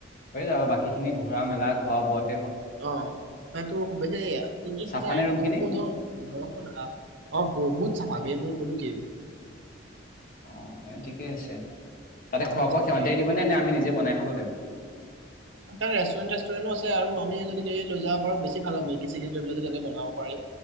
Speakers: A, on the left; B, on the right.
A: হৈ যাব বাকী খিনি ঘূৰা মেলা খোৱা বোৱাত
B: অ ম তোৰ সু তিনি
A: চাফা
B: হাজাৰ
A: নে ৰুমখিনি
B: পোন্ধৰ পোন্ধৰখন আহ অ বহুত চাফাৱেই মোৰ কলো কি
A: অ তেনে ঠিকেই আছে
B: উম,
A: তাতে খোৱা
B: বহুত
A: বোৱা
B: চাফাৰে
A: সিহতিয়ে দিব নে আমি নিজে বনাই খাব লাগিব
B: তাৰ ৰেষ্টুৰেণ্ট তেষ্টুৰেণ্টো আছে আৰু আমি যদি লৈ যাব পাৰো বেছি ভাল হে মেগি চেগি লৈ পেলাই যদি তাতে বনাব পাৰি